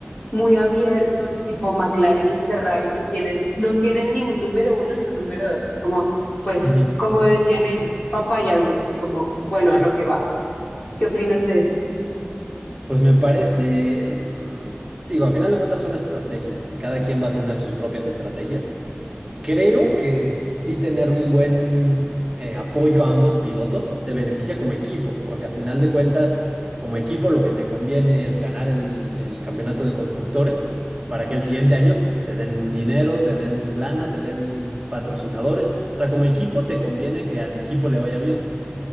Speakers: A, on the left (about 30°); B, on the right (about 20°).
A: muy abiertos, tipo McLaren y Ferrari, que tienen, no tienen ni un número uno ni un número dos. Es como, pues,
B: Ujú.
A: como decían ellos, papaya rules, como, bueno, a
B: Es-
A: lo que va. ¿Qué opinas de eso?
B: Pues me parece, mm, digo, a final de cuentas son estrategias y cada quien va a tener sus propias estrategias, Creo que sí tener un buen eh, apoyo a ambos pilotos te beneficia como equipo, porque a final de cuentas, como equipo lo que te conviene es ganar el, el campeonato de constructores para que el siguiente año pues, te den dinero, te den lana, te den patrocinadores. O sea, como equipo te conviene que al equipo le vaya bien.